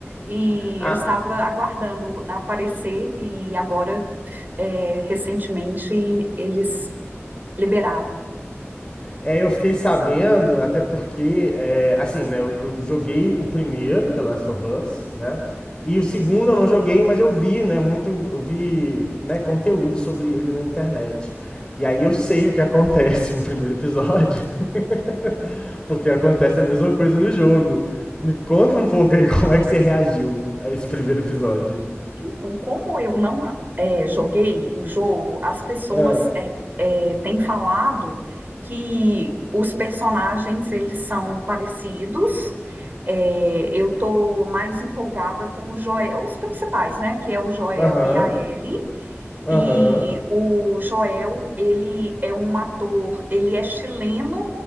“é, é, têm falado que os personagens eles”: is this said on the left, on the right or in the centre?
Right